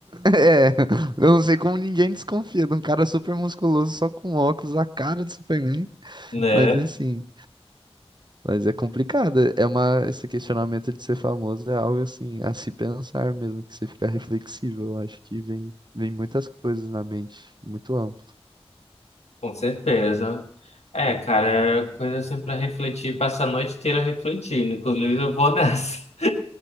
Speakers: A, on the right (about 45°); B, on the left (about 90°).
A: é, eu não sei como ninguém desconfia de um cara super musculoso só com óculos, a cara de Superman.
B: Né?
A: Mas é assim, mas é complicado. É uma, esse questionamento de ser famoso é algo assim, a se pensar mesmo, que você fica reflexivo. Eu acho que vem, vem muitas coisas na mente, muito amplo.
B: Com certeza. É, cara, é coisa assim pra refletir, passar a noite inteira refletindo. Inclusive, eu vou nessa. <laughs>